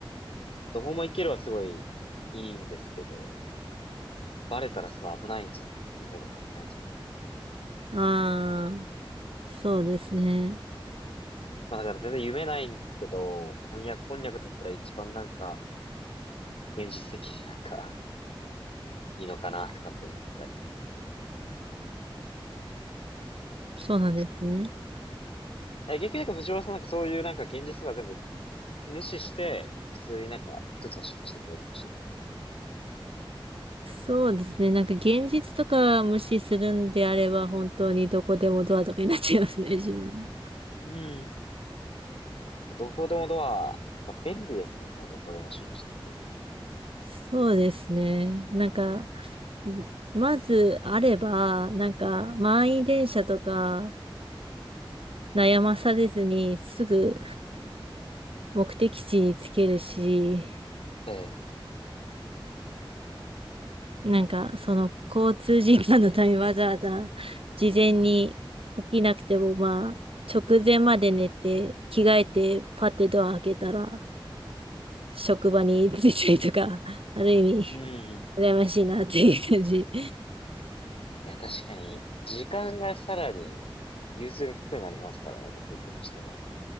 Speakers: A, on the left; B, on the right.
A: どこも行けるはすごいいいんですけど、なんか、バレたらすごい危ないんじゃないかっていろいろ考えちゃう。
B: <laughs> ああ、そうですね。
A: まあだから全然夢ないんですけど、翻訳こんにゃくだったら一番なんか、現実的になんか、いいのかなとかって思ったり。
B: そうなんですね。
A: え、逆になんか藤原さんなんかそういうなんか現実とか全部無視して、普通になんか一つ欲しいとしたらどれが欲しいですか
B: そうですね。なんか現実とか無視するんであれば、本当にどこでもドアとかになっちゃいますね、<laughs> 自分は。
A: うん。どこでもドア、まあ、便利ですもんね。どこでも瞬時に行ける。
B: そうですね。なんか、んまずあれば、なんか満員電車とか悩まされずにすぐ目的地につけるし、
A: ええ。
B: なんかその交通時間のためにわざわざ事前に起きなくても、まあ、直前まで寝て着替えてパッてドア開けたら、職場についたりとか、<laughs> ある意味、
A: うん。
B: 羨ましいなっていう感じ。
A: いや、確かに、時間がさらに、融通が利くようになりますからね。どこ行くにしても。